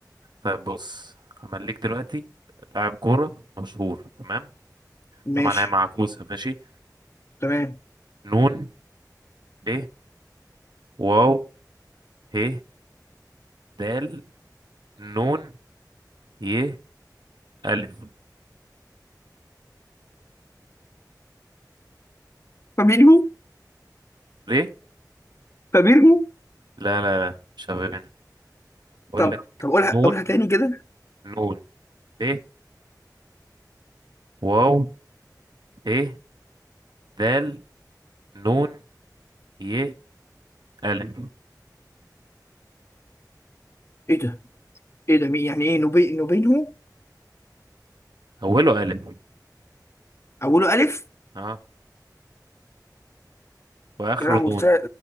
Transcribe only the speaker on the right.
طيب بص همليك دلوقتي لاعب كورة مشهور تمام
طبعا هي معكوسة ماشي
نون ب واو ه دال نون ي ألف
ليه؟
لا لا لا مش هفهمني بقول
لك
نون
نون ب واو ه دال نون ي ألف
أوله ألف
اه واخره
نون